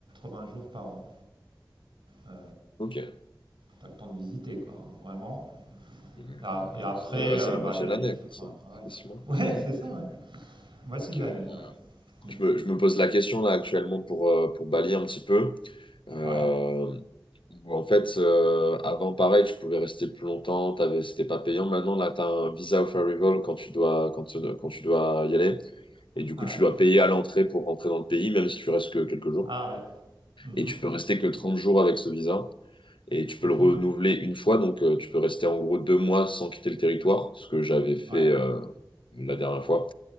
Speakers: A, on the right; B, on the left.
A: vingts jours par an. Euh,
B: Ok,
A: t'as le temps de visiter, quoi, hein, vraiment.
B: Ouais,
A: Et, a- et après,
B: c'est ouais,
A: euh,
B: c'est la
A: bah,
B: moitié
A: il
B: de l'année,
A: faut
B: quoi,
A: trouver
B: ça,
A: un travail.
B: c'est six mois.
A: Ouais,
B: <laughs>
A: <laughs> c'est ça, ouais. Moitié
B: Parce que
A: de l'année,
B: euh,
A: ouais. Mm.
B: je me, je me pose la question là actuellement pour, euh, pour balayer un petit peu. Euh,
A: Ouais.
B: Où, en fait, euh, avant, pareil, tu pouvais rester plus longtemps, t'avais, c'était pas payant. Maintenant, là, tu as un visa of arrival quand tu dois, quand, tu- quand tu dois y aller. Et du coup,
A: Ah
B: tu
A: oui.
B: dois payer à l'entrée pour rentrer dans le pays, même si tu restes que quelques jours.
A: Ah ouais. Mhm.
B: Et tu peux rester que 30 jours avec ce visa. Et tu peux
A: Mhm.
B: le renouveler une fois. Donc, euh, tu peux rester en gros deux mois sans quitter le territoire, ce que j'avais fait
A: Ouais.
B: euh, la dernière fois.